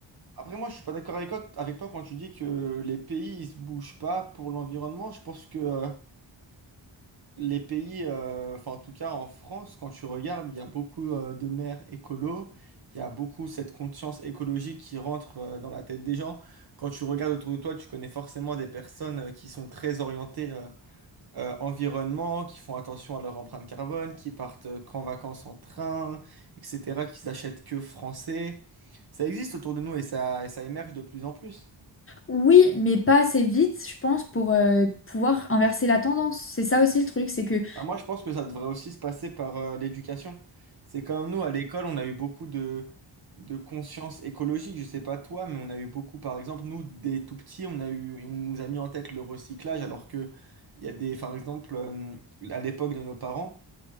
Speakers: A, on the right; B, on the left.
A: Après, moi, je suis pas d'accord avec, toi avec toi quand tu dis que les pays, ils se bougent pas pour l'environnement. Je pense que euh, Les pays, euh, enfin en tout cas en France, quand tu regardes, il y a beaucoup euh, de maires écolos, il y a beaucoup cette conscience écologique qui rentre euh, dans la tête des gens. Quand tu regardes autour de toi, tu connais forcément des personnes euh, qui sont très orientées euh, euh, environnement, qui font attention à leur empreinte carbone, qui partent euh, qu'en vacances en train, etc., qui s'achètent que français. Ça existe autour de nous et ça, et ça émerge de plus en plus.
B: oui, mais pas assez vite, je pense, pour euh, pouvoir inverser la tendance. C'est ça aussi le truc, c'est que
A: Bah, moi, je pense que ça devrait aussi se passer par euh, l'éducation. C'est comme nous, à l'école, on a eu beaucoup de, de conscience écologique. Je sais pas toi, mais on a eu beaucoup, par exemple, nous, des tout petits, on a eu, on nous a mis en tête le recyclage, alors que il y a des, par exemple, euh, à l'époque de nos parents,